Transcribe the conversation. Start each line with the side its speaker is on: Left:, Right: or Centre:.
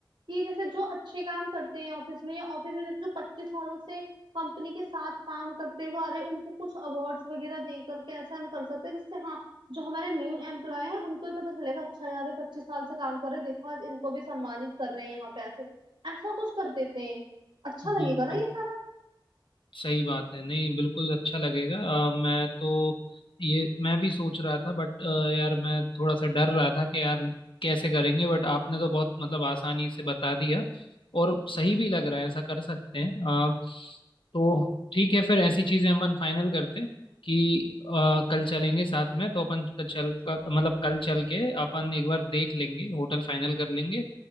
Right: कि जैसे जो अच्छे काम करते हैं ऑफिस में या ऑफिस में जैसे जो पच्चीस सालों से कंपनी के साथ काम करते हुए आ रहे हैं, उनको कुछ अवार्ड्स वगैरह देकर कैसे हम कर सकते हैं जिससे हाँ जो हमारे न्यू एम्प्लॉय हैं उनको ही पता चलेगा अच्छा यार ये पच्चीस साल से काम कर रहे देखो आज इनको भी सम्मानित कर रहे हैं यहाँ पे ऐसे ऐसा कुछ कर देते हैं अच्छा
Left: बिल्कुल
Right: लगेगा ना ये सारा
Left: सही बात है नहीं बिल्कुल अच्छा लगेगा अ, मैं तो ये मैं भी सोच रहा था बट यार मैं थोड़ा सा डर रहा था कि यार कैसे करेंगे बट आपने तो बहुत मतलब आसानी से बता दिया और सही भी लग रहा है ऐसा कर सकते हैं अ, तो ठीक है फिर ऐसी चीजें अपन फाइनल करते हैं कि अ, कल चलेंगे साथ में तो अपन क- चल कर मतलब कल चल के अपन एक बार देख लेंगे होटल फाइनल कर लेंगे